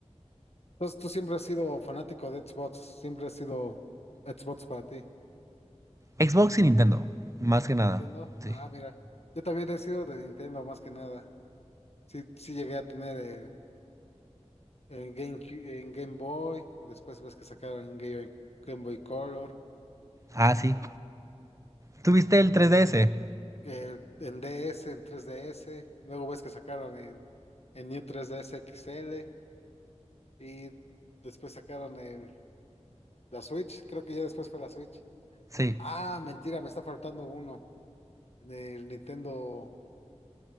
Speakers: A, on the left; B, on the right.
A: Entonces tú siempre has sido fanático de Xbox, siempre has sido Xbox para ti.
B: Xbox y Nintendo, más que nada.
A: Nintendo.
B: Sí.
A: Ah, mira. Yo también he sido de Nintendo más que nada. Sí, sí llegué a tener el, el GameCube, en Game Boy. Después ves que sacaron en Game, Game Boy Color.
B: Ah, sí. ¿Tuviste el 3DS?
A: que en DS, en 3DS. Luego ves que sacaron en, en New 3DS XL. Y después sacaron el, la Switch. Creo que ya después fue la Switch.
B: Sí.
A: Ah, mentira, me está faltando uno. del Nintendo.